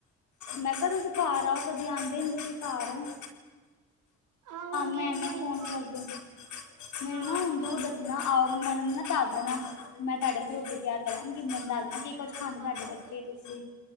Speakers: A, on the left (about 70°); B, on the right (about 85°).
A: ਮੈਂ ਕਿਹਾ ਤੁਸੀਂ ਘਰ ਆਓ। ਕਦੇ ਆਉਂਦੇ ਨੇ ਤੁਸੀਂ ਘਰ ਤੁਹਾਨੂੰ
B: ਆਵਾਂਗੇ
A: ''ਮੈਂ ਐਨੇ
B: ਕੋਈ
A: ਫੋਨ
B: ਨਾ
A: ਕਰਦੀ ਮੈਨੂੰ
B: ਹਾਂ।
A: ਨਾ, ਹੁਣ ਜ਼ਰੂਰ ਦੱਸਣਾ। ਆਓ, ਮੈਨੂੰ ਨਾ ਦੱਸ ਦੇਣਾ ''ਮੈਂ ਤੁਹਾਡੇ ਵਾਸਤੇ ਰੋਟੀ ਤਿਆਰ ਕਰਾਂਗੀ। ਮੈਨੂੰ ਦੱਸ ਦੇਣਾ ਕੀ - ਕੁਛ ਖਾਂਦੇ ਤੁਹਾਡੇ
B: ਹਾਂ ਕੋਈ
A: ਬੱਚੇ
B: ਨਾ,
A: ਤੁਸੀਂ